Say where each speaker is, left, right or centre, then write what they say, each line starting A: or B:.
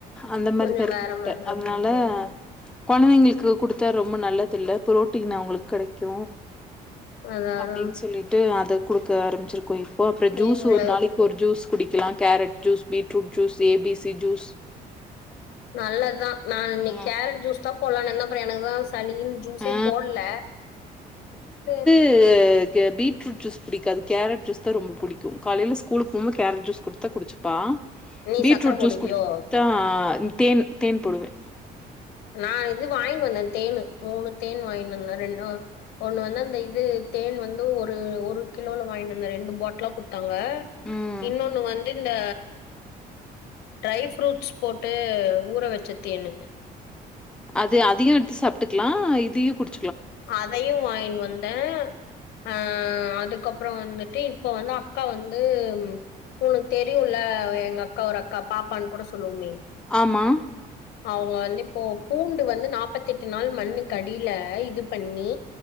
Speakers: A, in the centre; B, on the left.
A: அந்த மாரிதா
B: கொஞ்சோ
A: இருக்கு
B: வேற
A: முட்ட
B: மாரிதா
A: அதனால
B: இருக்கு ம்
A: கொழந்தைங்களுக்கு குடுத்தா ரொம்ப நல்லது இல்ல பு்ரோட்டீன் அவங்களுக் கெடைக்கு
B: அதா அதா
A: அப்டின் சொல்லிட்டு அத குடுக்க ஆரம்பிச்சிருக்கோ இப்போ அப்றோ
B: தேங்கா
A: ஜூஸு ஒரு நாளைக்கு ஒரு ஜூஸு குடிக்கலா carrot juice beetroot juice A B C juice
B: நல்லதா நா இன்னைக்
A: ம்.
B: கேரட் ஜூஸ் தா போட்லானுருந்தே பெற எனக்குதா சளி ஜூஸே
A: ஆ
B: போட்ல டு
A: டு க பீட்ரூட் ஜூஸ் புடிக்காது கேரட் ஜூஸ் தா ரொம்ப புடிக்கு காலைல ஸ்கூல் போம்போது கேரட் ஜூஸ் குடுத்தா குடிச்சு பா
B: நீ
A: பீட்ரூட்
B: சக்கரை போடுவியோ
A: ஜூஸ் குடுத்தா தேன் தேன் போடுவே
B: நா இது வாங்கினு வந்தே தேன் மூணு தேன் வாங்கினு வந்தே ரெண்டோ ஒன்னு வந்து அந்த இது தேன் வந்து ஒரு ஒரு கிலோல வாங்கினு வந்த ரெண்டு பாட்டலா குடுத்து தாங்க
A: ம்
B: இன்னொன்னு வந்து இந்த ட்ரைஃப்ரூட்ஸ் போட்டு ஊற வச்ச தேனு
A: அது அதயு எடுத்து சாப்டுக்கலா இதயு குடு
B: அதையு வாங்கின்னு வந்தே அ அதுக்கப்றோ வந்துட்டு இப்ப வந்து அக்கா வந்து உனக்கு தெரியுல்ல எங்க அக்கா ஒரு அக்கா பாப்பான்னு கூட சொல்லுவோமே
A: ஆமா
B: அவுங்க வந்து இப்போ பூண்டு வந்து நாப்பத்தெட்டு நாள் மண்ணு கடியில இது பண்ணி